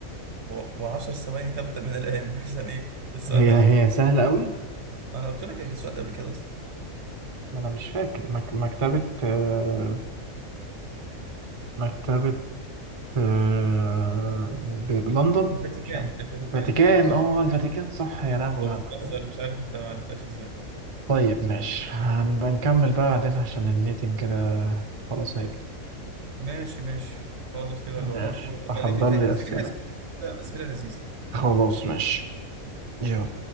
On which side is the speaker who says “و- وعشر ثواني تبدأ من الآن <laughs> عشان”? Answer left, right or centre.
Right